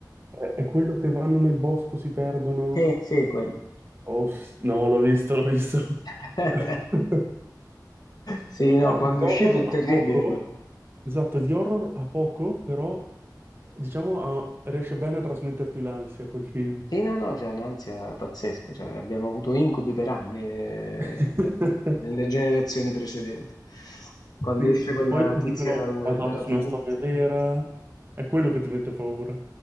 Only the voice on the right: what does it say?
è quello che vanno nel bosco, si perdono?
Oh, no, l'ho visto, l'ho visto.
<laughs>
Ah,
L'horror
a poco?
Esatto, di horror ha poco, però diciamo ha- riesce bene a trasmetterti l'ansia quel film.
<laughs>
Eh,
Sì,
perché
poi ti
dicono
basato
su
una storia vera, è quello che ti mette paura.